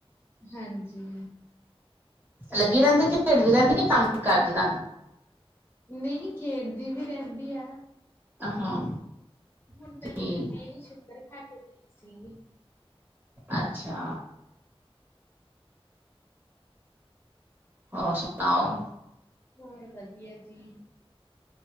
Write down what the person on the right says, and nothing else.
ਲੱਗੀ ਰਹਿੰਦੀ, ਕਿ ਖੇਡਦੀ ਰਹਿੰਦੀ, ਕਿ ਤੰਗ ਕਰਦੀ ਤੁਹਾਨੂੰ?
ਆਹ ਹਾਂ
ਠੀਕ
ਅੱਛਾ। ਹੋਰ ਸੁਣਾਓ